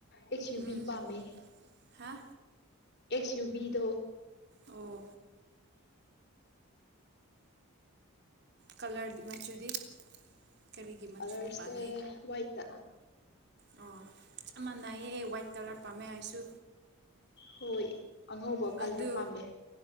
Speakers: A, on the left; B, on the right.
A: ꯑꯦꯛꯁ ꯌꯨ
B: ꯎꯝ
A: ꯚꯕꯤ ꯄꯥꯝꯃꯦ
B: ꯍꯥ
A: ꯑꯦꯛꯁ ꯌꯨ ꯕꯤꯗꯣ
B: ꯑꯣ ꯀꯥꯂꯔ -ꯃꯆꯨꯗꯤ ꯀꯔꯤꯒꯤ ꯃꯆꯨꯅꯥ
A: ꯀꯂꯔꯁꯦ
B: ꯄꯥꯥꯝꯃꯤ
A: ꯋꯥꯏꯠꯇ
B: ꯑꯣ ꯆꯞ ꯃꯥꯟꯅꯩꯌꯦ ꯋꯥꯏꯠ ꯀꯥꯂꯔ ꯄꯥꯝꯃꯦ ꯑꯩꯁꯨ
A: ꯍꯣꯏ ꯑꯉꯧꯕ ꯀꯂꯔ
B: ꯑꯗꯨ
A: ꯄꯥꯝꯃꯦ